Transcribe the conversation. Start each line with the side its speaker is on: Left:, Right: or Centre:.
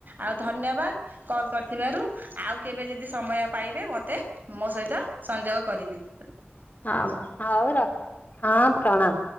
Right: ଆଉ ଧନ୍ୟବାଦ କଲ କରିଥିବାରୁ ଆଉ କେବେ ଯଦି ସମୟ ପାଇବେ ମୋତେ ମୋ ସହିତ ତ ସଂଯୋଗ କରିବି।
Left: ହ ହଉ ହଁ ପ୍ରଣାାମ।